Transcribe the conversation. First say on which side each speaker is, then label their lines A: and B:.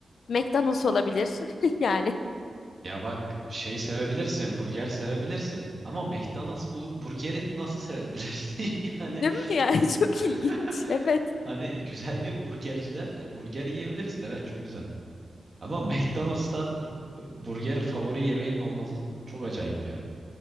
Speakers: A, on the left; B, on the right.
A: McDonald's olabilir <laughs> yani.
B: Ya bak şey sevebilirsin, burger sevebilirsin. Ama McDonald's bul- burgeri nasıl sevebilirsin? <laughs> Yani
A: Değil mi yani? <laughs> Çok
B: <laughs>
A: ilginç. Evet.
B: Hani güzel bir burgerciden e, burger yiyebilirsin. Evet çok güzel. Ama McDonald's'tan e, burger favori yemeğinin olması çok acayip ya.